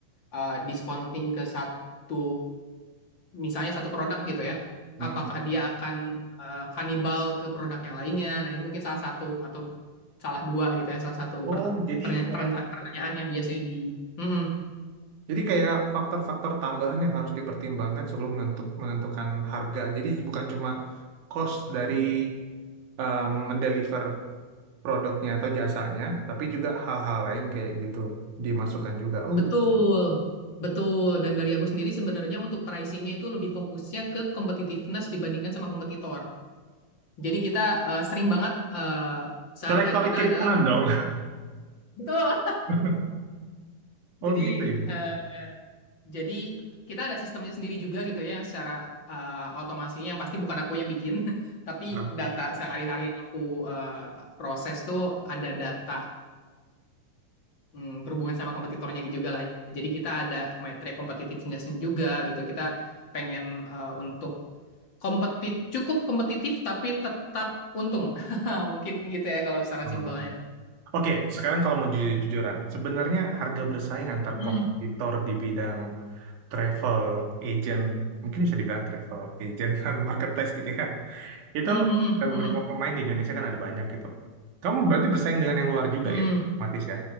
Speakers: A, on the left (about 40°); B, on the right (about 65°).
A: eh, discounting ke satu misalnya satu produk gitu ya,
B: Hmm.
A: apakah dia akan eh, kanibal ke produk yang lainnya? Nah itu mungkin salah satu atau salah dua gitu ya, salah satu
B: Oh,
A: perta-
B: jadi
A: pernya-
B: kayak
A: perenta- pertanyaannya biasanya di Mhm.
B: Jadi kayak faktor-faktor tambahan yang harus dipertimbangkan sebelum menentuk- menentukan harga. Jadi bukan cuma cost dari em, mendeliver produknya atau jasanya, tapi juga hal-hal lain kayak gitu dimasukkan juga. Oh,
A: Betul, betul. Dan dari aku sendiri sebenarnya untuk pricingnya itu lebih fokusnya ke competitiveness dibandingkan sama kompetitor. Jadi kita eh, sering banget eh, sehari-hari
B: colek-colek
A: kita
B: kiri
A: adalah
B: kanan
A: <laughs>
B: dong.
A: betul.
B: <laughs>
A: Jadi
B: Oh gitu
A: eh,
B: ya.
A: jadi kita ada sistemnya sendiri juga gitu ya yang secara eh, otomasinya yang pasti bukan aku yang bikin, <laughs> tapi
B: Nah,
A: data sehari-hari yang aku eh, proses tuh ada data mm, berhubungan sama kompetitornya juga lah. Jadi kita ada metrik competitiveness juga gitu. Kita pengen eh, untuk Kompetit cukup kompetitif tapi tetap untung. <laughs> Mungkin gitu ya kalau secara
B: oh.
A: simpelnya.
B: Oke, sekarang kalau mau jujur-jujuran, sebenarnya harga bersaing antar
A: Hmm,
B: kompetitor di bidang travel agent, mungkin bisa dibilang travel agent <laughs> atau marketplace gitu ya. Itu
A: hmm, hmm,
B: ada
A: hmm,
B: beberapa pemain di Indonesia kan ada banyak gitu. Kamu berarti bersaing dengan yang luar juga
A: hmm.
B: ya, otomatis ya.